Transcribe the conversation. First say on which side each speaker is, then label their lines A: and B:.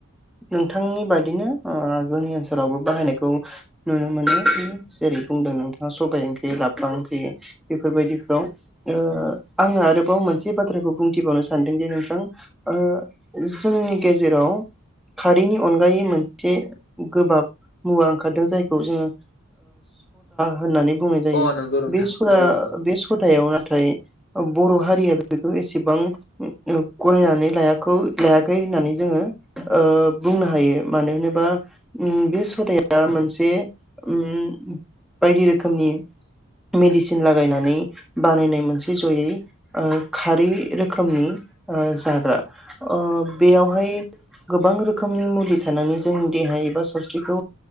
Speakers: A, in the centre; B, on the left (about 55°).
A: नोंथांनि बादिनो ओ जोंनि ओनसोलावबो बाहायनायखौ नुनो मोनो जेरै बुंदों नोंथाङा सबाय ओंख्रि लाफा ओंख्रि बेफोरबायदिफ्राव ओ आङो आरोबाव मोनसे बाथ्राखौ बुंथिबावनो सानदों जे नोंथां ओ जोंनि गेजेराव खारैनि अनगायै मोनसे गोबाब मुवा ओंखारदों जायखौ जोङो होननानै बुंनाय जायो
B: अ नंगौ नोंथां
A: बे सदा
B: नंगौ नंगौ
A: बे सदायाव नाथाय ओ बर' हारिया बेखौ एसेबां ओ औ गनायनानै लायाखै लायाखै होननानै जोङो ओ बुंनो हायो मानो होनोबा उम बे सदाया मोनसे उम बायदि रोखोमनि मेडिसिन लागायनानै बानायनाय मोनसे जयै ओ खारै रोखोमनि ओ जाग्रा । अ बेयाव बेहाय गोबां रोखोमनि मुलि थानानै जोंनि देहा एबा सावस्रिखौ